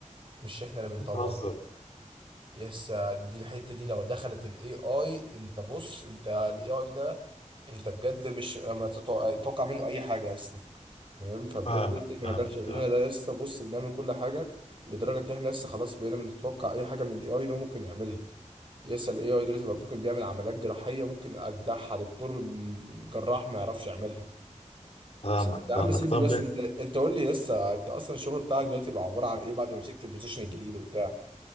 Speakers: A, on the right (about 40°); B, on the left (about 55°).
A: مش احنا اللي بنطوره
B: بتهزر
A: لسه دي الحتة دي لو دخلت الاي اي انت بص انت الاي اي ده انت بجد مش ما تتوقع تتوقع منه اي حاجة لسه فاهم فبجد
B: فاهمك
A: لسه
B: فاهمك
A: احنا مجال شغلنا ده لسه بص بنعمل كل حاجة لدرجة ان احنا لسه خلاص بقينا بنتوقع اي حاجة من الاي اي ده ممكن يعملها يسأل الاي اي دلوقتي بقى ممكن بيعمل عمليات جراحية ممكن اجدعها دكتور م- جراح ما يعرفش يعملها
B: فاهمك
A: بس انت يا
B: فاهمك
A: عم سيبني
B: طب
A: بس انت انت قول لي يسا انت اصلا الشغل بتاعك دلوقتي بقى عبارة عن ايه بعد ما مسكت البوزيشن الجديد وبتاع